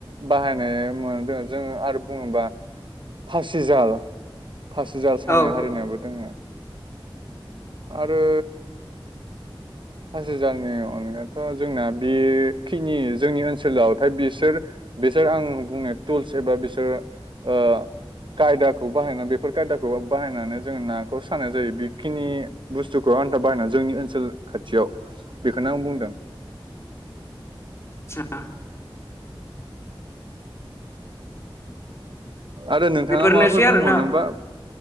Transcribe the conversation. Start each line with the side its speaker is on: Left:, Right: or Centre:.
Right: बाहायनाय मोनदों जोङ आरो बुङोबा फासि हजाल फासिजाल सानाय
Left: औ
Right: हारिनायाबो दोङो, आरो पास हाजारनि अनगाथ' जोंना बेखिनि जोंनि ओनसोलावथाय बिसोर बिसोर आं बुंनो टुल्स एबा बिसोर ओ खायदाखौ बाहायना बेफोर खायदाखौ बाहायनानै जोङो नाखौ सानाय जायो बेखिनि बुस्थुखौ आन्था बाहायना जोंनि ओनसोल खाथियाव बेखौनो आं बुंदों।
Left: आसा
Right: आरो नोंथाङा
Left: बेफोरनोसै
Right: माबाफोर बुंबावनोबा।
Left: आरोना